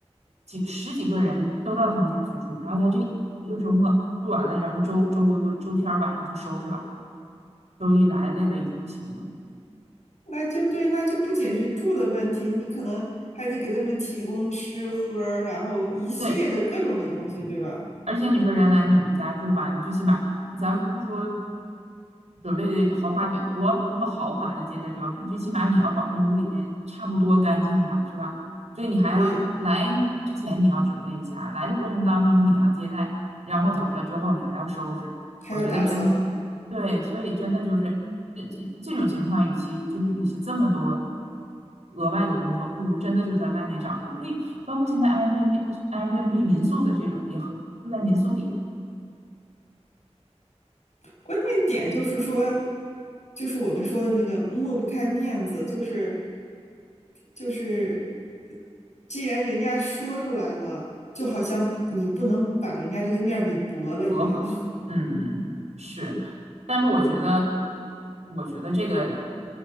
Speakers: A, on the right; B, on the left.
A: 几十几个人都到他们家去住，然后他这一个周末住完了，然后周周周天儿晚上就收拾吧，周一来累的已经不行了。
B: 那就对，那就不仅是住的问题，你可能还得给他们提供吃喝然后一系列的各种的东西，
A: 对，
B: 对吧？
A: 而且你说人来你们家住吧，你最起码咱不说准备的豪华的多多么豪华的接待标准，最起码你要保证屋里边差不多干净吧，是吧？所以你还要来之前你要准备一下，
B: 对，嗯
A: 来的过程当中你要接待，然后走了之后你还要收拾。
B: 还要打扫。
A: 我觉得真对，所以真的就是。这这这种情况，与其就是与其这么多额外的工作，不如真的就在外面找一个，可以包括现在 Airbnb、Airbnb 民宿的这种也很多住在民宿里。
B: 关键点就是说，就是我们说的那个抹不开面子，就是就是，既然人家说出来了，就好像你不能把人家这个面儿给驳了一样。
A: 折回去。
B: <laughs>
A: 嗯，是，但是我觉得，我觉得这个